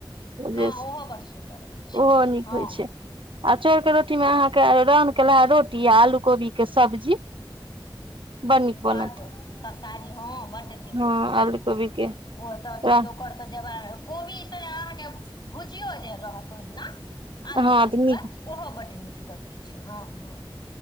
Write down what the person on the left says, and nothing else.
हँ
ओहो बड़ सुन्दर होइ छै
हँ
बड तरकारी ह बड्ड नीक
लगै छै
ओ तऽ ठीक
ओकर तऽ जबाब कोबी ई सब अहाँके भुजियो जे रहत ओहिना आलू
कोबीे
क ओहो बड्ड नीक लगैत छै हँ हँ